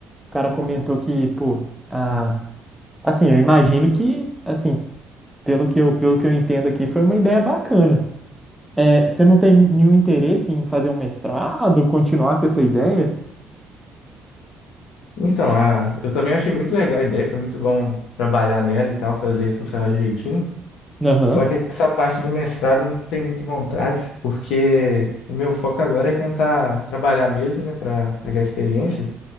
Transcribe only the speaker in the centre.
cara comentou que, pô, a, assim, eu imagino que, assim, pelo que eu, pelo que eu entendo aqui, foi uma ideia bacana. É, você não tem nenhum interesse em fazer um mestrado, continuar com essa ideia?
Aham,